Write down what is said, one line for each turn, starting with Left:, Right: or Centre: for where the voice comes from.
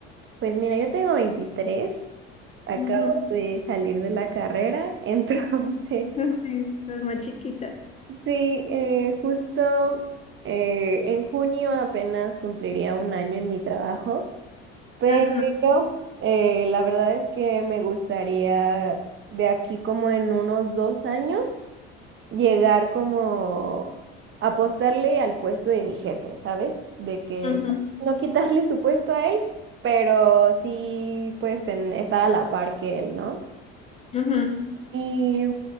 Right: Pues mira, yo tengo 23. Acabo
Left: Ujú.
Right: de salir de la carrera, <laughs> entonces
Left: <laughs> Sí, estás más chiquita.
Right: sí, eh, justo eh, en junio apenas cumpliría un año en mi trabajo, pero
Left: Ajá.
Right: eh, la verdad es que me gustaría de aquí como en unos dos años llegar como apostarle al puesto de mi jefe, ¿sabes? De que
Left: ujú,
Right: no quitarle su puesto a él, pero sí pues ten- estar a la par que él, ¿no?
Left: ujú,
Right: Y